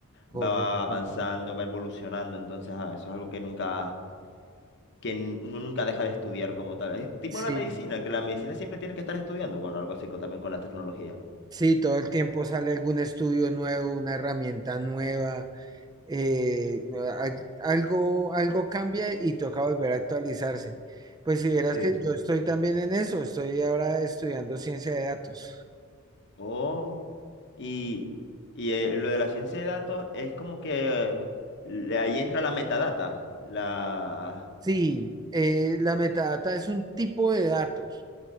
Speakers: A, on the right (about 20°); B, on the left (about 55°).
A: <laughs> Correcto.
B: va avanzando, va evolucionando. Entonces ah, eso es algo que nunca, que n- uno nunca deja de estudiar como tal. Es tipo
A: Sí.
B: la medicina, que la medicina siempre tiene que estar estudiando. Bueno, algo así co- también con la tecnología.
A: Sí, todo el tiempo sale algún estudio nuevo, una herramienta nueva, eh, al- algo, algo cambia y toca volver a actualizarse. Pues si vieras
B: Sí,
A: que
B: sí.
A: yo estoy también en eso, estoy ahora estudiando ciencia de datos.
B: Oh, y, y eh, lo de la ciencia de datos es como que le- ahí entra la metadata. La,
A: Sí, eh, la metadata es un tipo de datos.